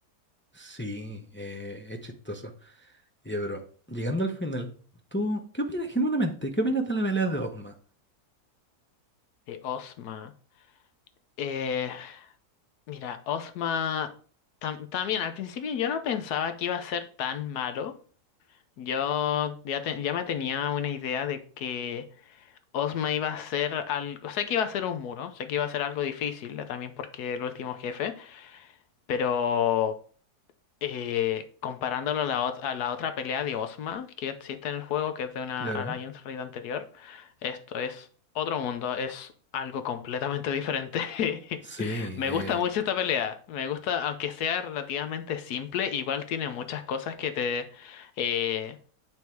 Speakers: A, on the left (about 15°); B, on the left (about 80°).
A: Sí, eh, es chistoso. Ya, pero llegando al final, ¿tú qué opinas genuinamente? ¿Qué opinas de la pelea de Osma?
B: De Osma. Eh, mira, Osma tam- también al principio yo no pensaba que iba a ser tan malo. Yo ya, te- ya me tenía una idea de que Osma iba a ser algo, sé que iba a ser un muro, sé que iba a ser algo difícil eh, también porque el último jefe. Pero eh, comparándolo a la, ot- a la otra pelea de Ozma que existe en el juego, que es de una
A: Claro.
B: Alliance Raid anterior, esto es otro mundo, es algo completamente diferente.
A: Sí,
B: <laughs> Me
A: eh,
B: gusta mucho esta pelea, me gusta, aunque sea relativamente simple, igual tiene muchas cosas que te, eh,